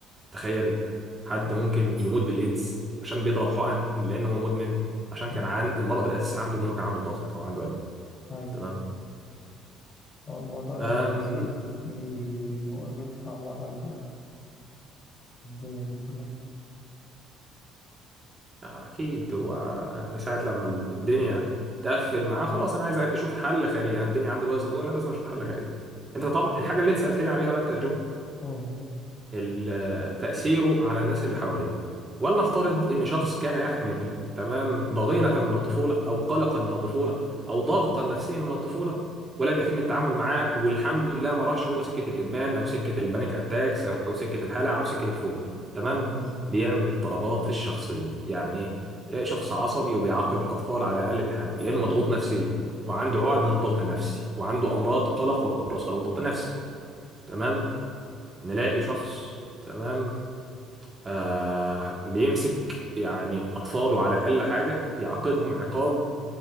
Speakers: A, on the right; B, on the left.
A: تخيل حد
B: حلو
A: ممكن يموت بالايدز عشان بيضرب حقن لان هو مدمن عشان
B: مم.
A: كان عن المرض الاساسي عنده ان هو كان عنده ضغط او عنده قلق
B: أيوة
A: تمام
B: هو الموضوع لما
A: أمم
B: بيزيد بي... بيبقى- بيطلع برا ال- الدنيا دي كلها
A: آه، اكيد هو يعني ساعه لما الدنيا تقفل معاه خلاص انا عايز اشوف حل خارجي انا الدنيا عندي بايظه جوه انا لازم اشوف حل خارجي انت
B: أوكي
A: طبعا الحاجه اللي انت سالت لي عليها بقى انت يا جو
B: مم.
A: ال- تأثيره على الناس اللي حواليه ولنفترض إن شخص كان يحمل تمام ضغينة من الطفولة أو قلقا من الطفولة أو ضغطا نفسيا من الطفولة ولم يتم التعامل معاه والحمد لله ما راحش هو سكة الإدمان أو سكة البانيك أتاكس أو سكة الهلع أو سكة الفوبيا تمام
B: الحمد لله
A: بيعمل اضطرابات في الشخصية يعني إيه تلاقي شخص عصبي وبيعاقب الأطفال على أقل من حاجة لأنه مضغوط نفسيا وعنده عقد من الضغط النفسي وعنده أمراض قلق وراثة للضغط النفسي تمام نلاقي شخص تمام آه بيمسك يعني أطفاله على أقل حاجة يعاقبهم عقاب